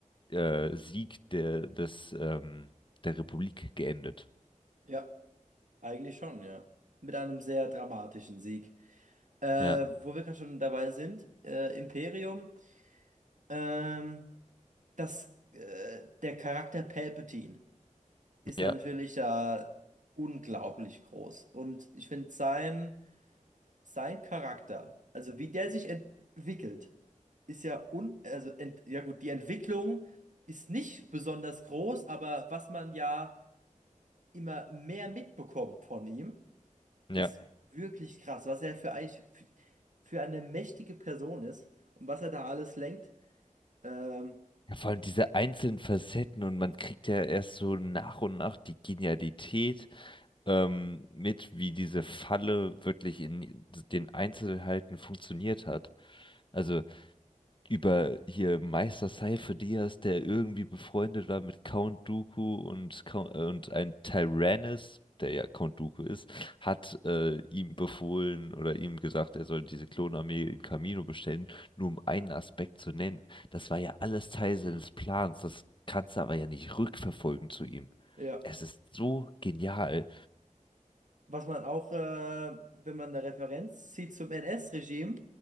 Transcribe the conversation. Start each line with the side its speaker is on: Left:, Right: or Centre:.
Left: äh, Sieg der, des, ähm, der Republik geendet.
Right: ja, eigentlich schon, ja. Mit einem sehr dramatischen Sieg. Äh,
Left: Ja,
Right: wo wir gerade schon dabei sind, äh, Imperium. Ähm, das, äh, der Charakter Palpatine ist
Left: Ja,
Right: natürlich da unglaublich groß. Und ich finde sein, sein Charakter, also wie der sich entwickelt, ist ja un, also ent, ja gut, die Entwicklung ist nicht besonders groß, aber was man ja immer mehr mitbekommt von ihm, ist
Left: ja.
Right: wirklich krass, was er für eigentlich für, für eine mächtige Person ist und was er da alles lenkt. Ähm,
Left: ja, vor allem diese einzelnen Facetten und man kriegt ja erst so nach und nach die Genialität ähm, mit, wie diese Falle wirklich in den Einzelheiten funktioniert hat. Also über hier Meister Seife Diaz, der irgendwie befreundet war mit Count Dooku und, Count- äh, und ein Tyrannis, der ja Count Dooku ist, hat äh, ihm befohlen oder ihm gesagt, er soll diese Klonarmee in Kamino bestellen, nur um einen Aspekt zu nennen. Das war ja alles Teil seines Plans, das kannst du aber ja nicht rückverfolgen zu ihm.
Right: ja.
Left: Es ist so genial.
Right: Was man auch, äh, wenn man eine Referenz zieht zum NS-Regime,